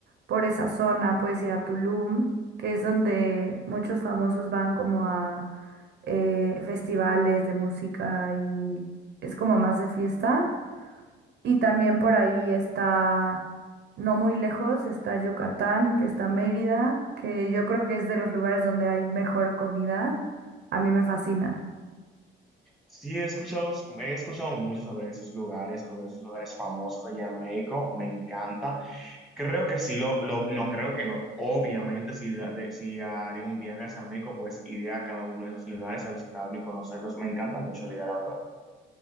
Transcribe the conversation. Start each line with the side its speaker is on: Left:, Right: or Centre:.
Right: por esa zona, puedes ir a Tulum, que es donde muchos famosos van como a eh, festivales de música y es como más de fiesta. Y también por ahí está, no muy lejos, está Yucatán, que está Mérida, que yo creo que es de los lugares donde hay mejor comida. A mí me fascina.
Centre: Sí, he escuchado, he escuchado mucho sobre esos lugares, sobre esos lugares famosos allá en México. Me encanta. Creo que sí, lo, lo- no creo que no. Obviamente, si, da- de- si haría un viaje hacia México, pues iría a cada uno de esos lugares a visitarlo y conocerlos. Me encanta mucho la idea, la verdad.